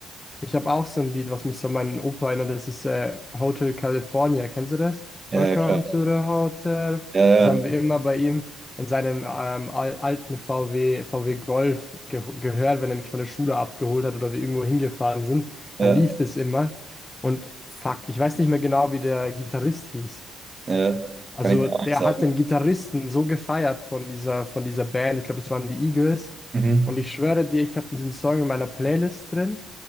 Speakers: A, on the left (about 20°); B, on the right (about 35°).
A: Ich habe auch so ein Lied, was mich so an meinen Opa erinnert. Das ist äh, Hotel California. Kennst du das?
B: ja,
A: Welcome
B: ja, klar.
A: to the Hotel.
B: Ja,
A: Das haben
B: ja,
A: wir immer bei ihm in seinem ähm, al- alten VW, VW Golf ge gehört, wenn er mich von der Schule abgeholt hat oder wir irgendwo hingefahren sind.
B: ja,
A: Da lief das immer. Und fuck, ich weiß nicht mehr genau, wie der Gitarrist hieß.
B: ja.
A: Also
B: Kann ich dir
A: der
B: auch nicht sagen.
A: hat den Gitarristen so gefeiert von dieser, von dieser Band. Ich glaube, das waren die Eagles.
B: Mhm.
A: Und ich schwöre dir, ich habe diesen Song in meiner Playlist drin.